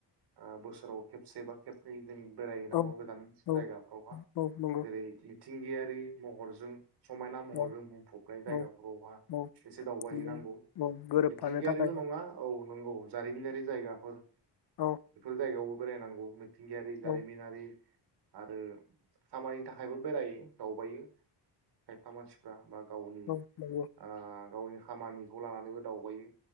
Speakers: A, on the right (about 65°); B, on the left (about 60°).
A: ओ बोसोराव खेबसे बा खेबनै जों बेरायहैनांगौ
B: औ
A: गोजान जायगाफ्रावहा
B: औ औ नंगौ
A: जेरै मिथिंगायारि महरजों समायना महरजों
B: औ
A: बुंफबनाय जायगाफोरावहा
B: औ औ
A: एसे दावबायहैनांगौ
B: बिदिनो औ गोरोबफानो
A: मिथिंगायारिल
B: थाखाय
A: नङा औ नंगौ जारिमिनारि जायगाफोर
B: औ
A: जायगायावबो बेरायनांगौ मिथिंगियारि जारिमिनारि
B: औ
A: आरो खामानिनि थाखायबो बेरायो दावबायो खायफा मानसिफ्रा बा गावनि
B: औ नंगौ
A: <inaudible> गावनि खामानिखौ लानानैबो दावबायो